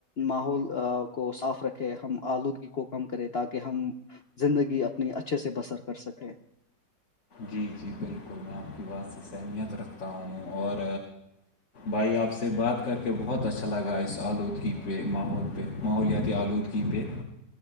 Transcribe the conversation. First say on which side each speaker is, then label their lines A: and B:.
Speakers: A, on the left; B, on the left.
A: ماحول کو صاف رکھیں ہم آلودگی کو کم کریں تاکہ ہم- زندگی اپنی اچھے سے بسر کر سکے
B: جی جی بالکل میں آپ کی بات سے اہمیت رکھتا ہوں اور بھائی آپ سے بات کر کے بہت اچھا لگا اس آلودگی پہ ماحول پہ ماحولیاتی آلودگی اس جی پہ